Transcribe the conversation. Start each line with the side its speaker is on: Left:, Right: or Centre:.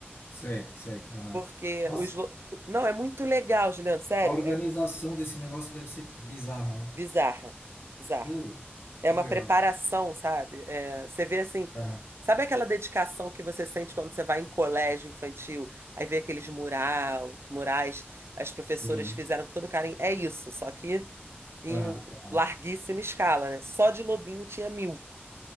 Left: Sei, sei. Aham.
Right: Porque
Left: Nossa,
Right: os lo- não é muito legal, Juliano, sério,
Left: A organização
Right: é
Left: desse negócio deve ser bizarra, né?
Right: bizarra, bizarra.
Left: Pô,
Right: É
Left: que
Right: uma
Left: legal.
Right: preparação, sabe? É, você vê assim,
Left: Aham,
Right: sabe aquela dedicação que você sente quando você vai em colégio infantil, aí vê aqueles mural, murais, as professoras
Left: sim.
Right: fizeram com todo carinho. É isso, só que em
Left: Aham, aham.
Right: larguíssima escala, né? Só de Lobinho tinha mil, pra